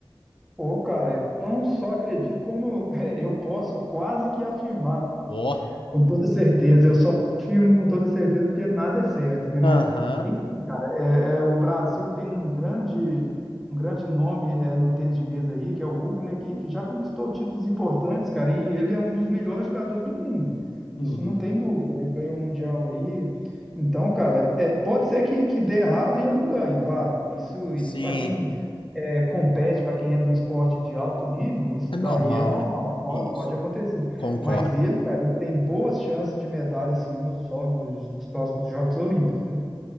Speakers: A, in the centre; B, on the left.
A: Pô, cara, eu não só acredito, como eu <laughs> eu posso quase que afirmar, né?
B: Ó,
A: com toda certeza. Eu só afirmo com toda certeza porque nada é certo, né? Mas
B: Aham.
A: Cara, é, é, o Brasil tem um grande, um grande nome é, no tênis de mesa aí, que é o Hugo, né, que, que já conquistou títulos importantes, cara, e ele é um dos melhores jogadores do mundo. Isso
B: Uhum.
A: não tem dúvida, né? Ganhou o Mundial aí. Então, cara, é, pode ser que, que dê errado e ele não ganhe, claro. Isso,
B: Sim,
A: isso para quem é, compete, para quem é do esporte de alto nível, isso
B: é normal,
A: daí é normal,
B: né?
A: pode,
B: Isso.
A: pode acontecer.
B: Concordo.
A: Mas ele, cara, ele tem boas chances de medalha, assim, nos, nos, nos próximos Jogos Olímpicos, viu?